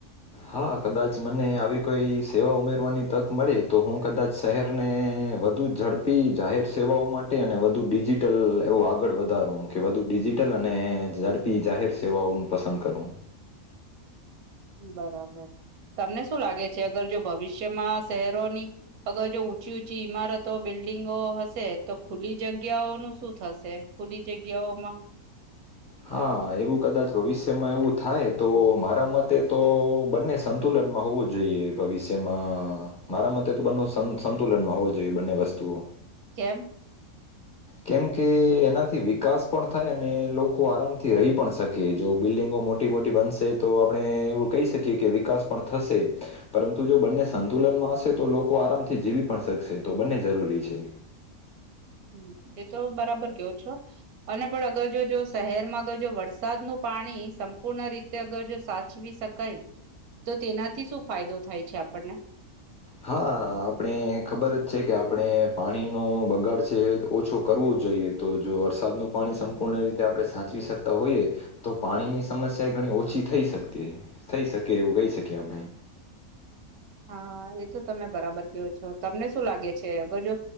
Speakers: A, on the left; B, on the right.
A: હા કદાચ મને આવી કોઈ સેવા ઉમેરવાની તક મળે તો હું કદાચ શહેરને વધું ઝડપી જાહેર સેવાઓ માટે અને વધુ ડિજિટલ એવું આગળ વધારુ ઊ કે વધુ ડિજિટલ અને ઝડપી જાહેર સેવાઓ હું પસંદ કરું
B: બરાબર તમને શું લાગે છે અગર જો ભવિષ્યમાં શહેરોની અગર જો ઊંચી ઊંચી ઈમારતો બિલ્ડિંગો હશે તો ખુલ્લી જગ્યાઓનું શું થશે ખુલી જગ્યાઓમાં
A: હા એવું કદાચ ભવિષ્યમાં એવું થાય તો મારા મતે તો બંને સંતુલનમાં હોવું જોઈએ ભવિષ્યમાં મારા મતે તો બંને સંતુ સંતુલનમાં હોવા જો જોયે બંને વસ્તુઓ
B: કેમ
A: કેમ કે એનાથી વિકાસ પણ થાય અને લોકો આરામથી રહી પણ શકે જો બિલ્ડિંગો મોટી મોટી મોટી બનશે તો આપણે એવું કહી શકીએ કે વિકાસ પણ થશે પરંતુ જો બંને સંતુલનમાં હશે તો લોકો આરામથી જીવી પણ શકશે તો બંને જરૂરી છે.
B: હમ એ તો બરાબર કયો છો. અને પણ અગર જો જો શહેરમાં અગર જો વરસાદનું પાણી સંપૂર્ણ રીતે અગર જો સાત સાચવી શકાય તો તેનાથી શું ફાયદો થાય છે આપણને
A: હા આપણે ખબર જ છે કે આપણે પાણીનો બગાડ છે ઓછો કરવું જ જોઈએ તો જો વરસાદનું પાણી સંપૂર્ણ રીતે આપણે સાચવી શકતા હોઈએ તો પાણી ની સમસ્યા ઘણી ઓછી થઈ શકતી થઈ શકે એવું કહી શકીએ આપણે
B: હા એ તો તમે બરાબર કેવો છો તમને શું લાગે છે અગર જો